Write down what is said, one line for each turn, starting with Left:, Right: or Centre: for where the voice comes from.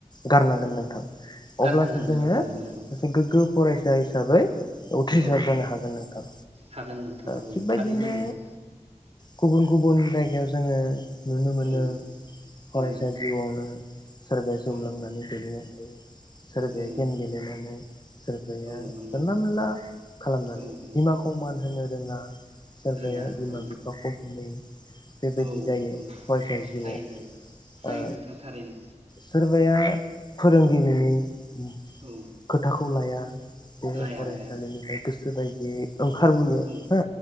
Left: गारनांगोन नोंथां,
Right: गारनांगोन
Left: अब्ला जोङो
Right: नोंथां औ नंगौ
Left: सासे गोग्गो फराय सा हिसाबै उथ्रिसार
Right: औ
Left: जानो हागोन नोंथां
Right: हागोन नोंथाङा औ
Left: थिगबायदिनो
Right: थारैनो नंगौ
Left: गुबुन गुबुन जाय गिबियाव जोङो, नुनो मोनो
Right: औ
Left: फरायसा
Right: मोनो
Left: जिउआवनो सोरबाया जौ
Right: औ
Left: लांनानै गोलैनानै थायो, सोरबाया
Right: औ
Left: गेम गेलेनानै सोरबाया
Right: औ नंगौ
Left: जानला मोनला खालामनानै
Right: औ औ
Left: बिमाखौ मान होनो, रोङा सोरबाया
Right: रोङा
Left: बिमा
Right: औ
Left: बिफाखौ बुलायो बेबायदि
Right: औ
Left: जायो
Right: नंगौ
Left: फरायसा जिउआव
Right: जायो जायो जायो
Left: ओ
Right: नोंथां थारैनो
Left: सोरबाया, फोरोंगिरिनि
Right: औ
Left: खोथाखौ लाया, बे
Right: लाया
Left: फरायसालिनिफ्राय
Right: लाया
Left: गोस बेबायदि ओंखारबोयो
Right: औ
Left: हो